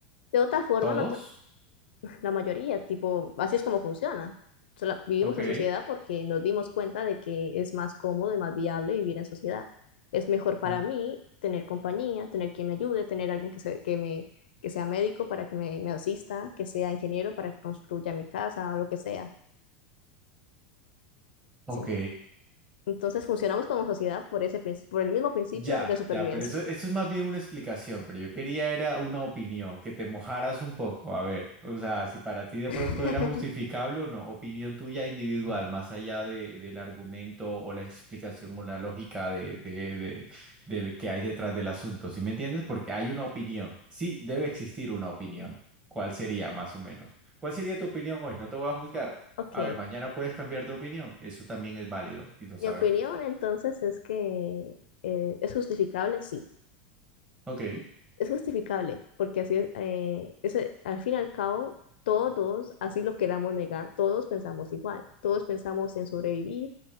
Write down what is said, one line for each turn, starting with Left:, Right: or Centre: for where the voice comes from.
Left: de otra forma,
Right: ¿Todos?
Left: no- la mayoría, tipo, así es como funciona. O vivimos
Right: Ok.
Left: en sociedad porque nos dimos cuenta de que es más cómodo y más viable vivir en sociedad. Es mejor para
Right: Mm.
Left: mí tener compañía, tener quien me ayude, tener alguien que, se- que, me, que sea médico para que me, me asista, que sea ingeniero para que construya mi casa, o lo que sea.
Right: Ok.
Left: ¿sí entiende? Entonces funcionamos como sociedad por ese, princi- por el mismo principio
Right: Ya,
Left: de supervivencia.
Right: ya, pero eso, eso es más bien una explicación, pero yo quería era una opinión, que te mojaras un poco, a ver, o sea, si para ti de
Left: <laughs>
Right: pronto era justificable o no, opinión tuya individual, más allá de, del argumento o la explicación o la lógica de, de, de, del que hay detrás del asunto, ¿sí me entiendes? Porque hay una opinión, sí, debe existir una opinión, ¿cuál sería más o menos? ¿Cuál sería tu opinión hoy? No te voy a juzgar.
Left: Ok.
Right: A ver, mañana puedes cambiar de opinión, eso también es válido y lo
Left: Mi
Right: sabemos.
Left: opinión entonces es que eh, es justificable, sí.
Right: Ok.
Left: es justificable, porque así es, eh, es, eh, al fin y al cabo, todos, así lo queramos negar, todos pensamos igual, todos pensamos en sobrevivir